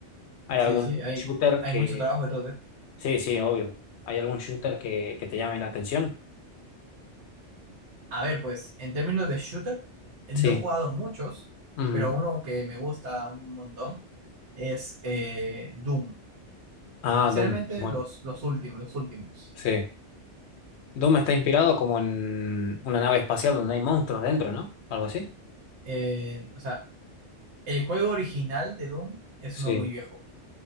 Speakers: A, on the left; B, on the right.
A: ¿Hay
B: sí,
A: algún
B: sí, hay,
A: shooter
B: hay
A: que...
B: mucho trabajo detrás de.
A: Sí, sí, obvio. ¿Hay algún shooter que, que te llame la atención?
B: A ver, pues, en términos de shooter, eh,
A: Sí.
B: no he jugado muchos,
A: Ujú.
B: pero uno que me gusta un montón es eh, Doom.
A: Ah,
B: Especialmente
A: Doom. Bueno,
B: los, los últimos, los últimos.
A: sí. Doom está inspirado como en una nave espacial donde hay monstruos dentro, ¿no? Algo así.
B: Eh, o sea, el juego original de Doom es
A: Sí,
B: uno muy viejo.